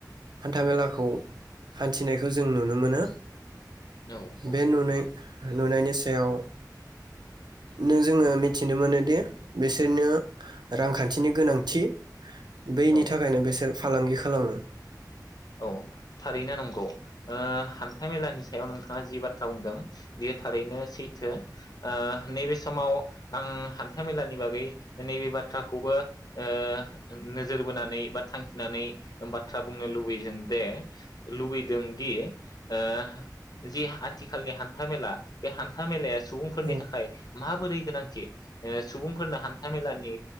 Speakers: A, on the right; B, on the left.
A: हान्था मेलाखौ हान्थिनायखौ जों नुनो मोनो।
B: औ औ
A: बे नुनाय नुनायनि सि सायाव नों जोङो मिथिनो मोनोदि बिसोरनो रांखान्थिनि गोनांथि। बैनि
B: औ
A: थाखायनो बेसोर फालांगि खा खालामो।
B: औ थारैनो नंगौ। ओ हान्था मेलानि सायाव नोंथाङा जि बाथ्रा बुंदों बियो थारैनो सैथो। ओ नैबे समाव आं हान्था मेलानि बागै नैबे बाथ्राखौबो ओ नोजोर बोनानै बा थांखिनानै बाथ्रा बुंनो लुब बयजों दे लुबैदों दि ओ जि आथिखालनि हान्था मेला बे हान्था मेलाया सुबुंफोरनि
A: औ
B: थाखाय माबोरै गोनांथि ओ सुबुंफोरनो हान्था मेलानि